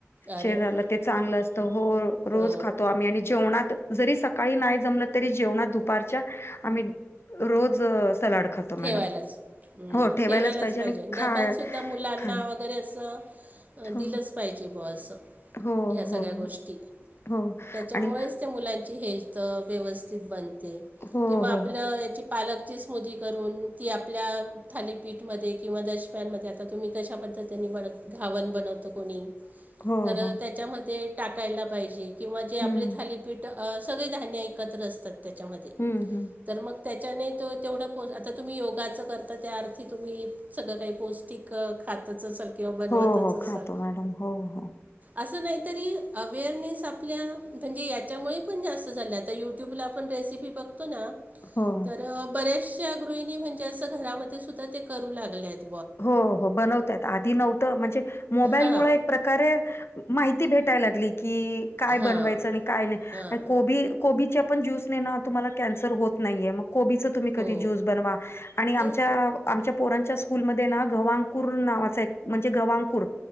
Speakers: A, on the right; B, on the left.
A: अरे
B: शरीराला
A: वा
B: ते चांगलं असत हो रोज
A: हो
B: खातो आम्ही आणि जेवणात जरी सकाळी नाही जमलं तरी जेवणात दुपारच्या आम्ही रोज सलाड खातो
A: ठेवायलाच.
B: मॅडम.
A: हम्म
B: हो
A: ठेवायलाच पाहिजे
B: आणि खा
A: डब्यात सुद्धा मुलांना
B: खाण
A: वगैरे असं
B: हो
A: दिलंच पाहिजेबो अस
B: हो
A: ह्यासगळ्या
B: हो
A: गोष्टी
B: हो
A: त्याच्यामुळेच
B: आणि
A: मुलांची हेल्थ व्यवस्थित बणते
B: हो
A: किंवा
B: हो
A: आपल्या पालकची करून ती आपल्या थालीपीठमध्ये किंवा दशम्या मध्ये आता तुम्ही कशा पद्धतीने बन घावण बनवत कोणी
B: हो
A: तर
B: हो
A: त्याच्यामध्ये टाकायला पाहिजे किंवा जे आपले
B: हम्म
A: थाली पीठ सगळे धान्य एकत्र असतात त्याच्यामध्ये
B: हम्म हम्म.
A: तर मग त्याच्याने तो तेवढं आता तुम्ही योगाचं करता त्या अर्थी तुम्ही सगळं काही पौष्टिक खाताचं स किंवा बनवतच
B: हो हो
A: असाल.
B: खातो मॅडम हो हो.
A: असं नाहीतरी अवेअरनेस आपल्या म्हणजे याच्यामुळे पण जास्त झाल्या आता यूट्यूबला आपण रेसिपी फपक्त ना <unintelligible>
B: हो.
A: तर बऱ्याचश्या गृहिणी म्हणजे असं घरामध्ये सुद्धा ते करू लागल्यात
B: हो हो बनवताय आधी नव्हतं म्हणजे मोबाईल
A: हां
B: मुळ एक प्र कार माहिती भेटाय लागली की काय
A: हां
B: बनवायच आणि काय नाही
A: हां
B: कोबी कोबीचा पण ज्यूस नेण तुम्हाला कॅन्सर होत नाहीये मग कोबीच खुप तुम्ही कधी
A: हो
B: ज्युस बनवा आणि आमच्या
A: ते
B: आमच्या पोरांच्या कूलमध्ये ना गव्हा अंकूर नावाच म्हणजे गव्हा अंकूर